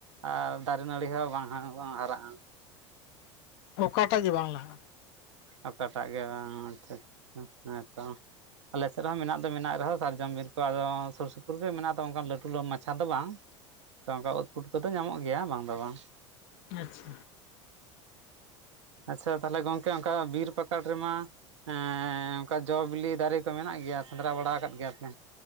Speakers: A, on the right (about 70°); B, on the left (about 55°).
A: ᱟᱨ ᱫᱟᱨᱮ ᱱᱟᱹᱲᱤ ᱦᱚᱸ ᱵᱟᱝ ᱦᱟ‌ ᱵᱟᱝ ᱦᱟᱨᱟᱜ-ᱟ᱾
B: ᱚᱠᱟ ᱴᱟᱜ ᱜᱮ ᱵᱟᱝ ᱞᱟᱦᱟᱜ-ᱟ᱾
A: ᱚᱠᱟ ᱴᱟᱜ ᱜᱮ ᱵᱟᱝ ᱟᱪᱪᱷᱟ ᱪᱚ ᱦᱮᱸᱛᱚ᱾ ᱟᱞᱮ ᱥᱮᱜ ᱨᱮᱦᱚᱸ ᱢᱮᱱᱟᱜ ᱫᱚ ᱢᱮᱱᱟᱜ ᱨᱮᱦᱚᱸ ᱥᱟᱨᱡᱚᱢ ᱵᱤᱨ ᱠᱚ ᱟᱫᱚ ᱥᱩᱨ ᱥᱩᱯᱩᱨ ᱜᱮ ᱢᱮᱱᱟᱜ ᱫᱚ ᱚᱱᱠᱟᱱ ᱞᱟᱹᱴᱩ ᱞᱚ ᱢᱟᱪᱷᱟ ᱫᱚ ᱵᱟᱝ᱾ ᱛᱚ ᱚᱱᱠᱟ ᱩᱫ ᱯᱩᱴᱠᱟᱹ ᱠᱚᱫᱚ ᱧᱟᱢᱚᱜ ᱜᱮᱭᱟ ᱵᱟᱝ ᱫᱚ ᱵᱟᱝ᱾
B: ᱟᱪᱪᱷᱟ᱾
A: ᱟᱪᱪᱷᱟ ᱛᱟᱦᱚᱞᱮ ᱜᱚᱝᱠᱮ ᱚᱱᱠᱟ ᱵᱤᱨ ᱯᱟᱠᱟᱲ ᱨᱮᱢᱟᱼᱼ ᱮᱸᱻ ᱚᱱᱠᱟ ᱡᱚᱼᱵᱤᱞᱤ ᱫᱟᱨᱮ ᱠᱚ ᱢᱮᱱᱟᱜ ᱜᱮᱭᱟ ᱥᱮᱸᱫᱽᱨᱟ ᱵᱟᱲᱟ ᱟᱠᱟᱫ ᱜᱮᱭᱟ ᱯᱮ?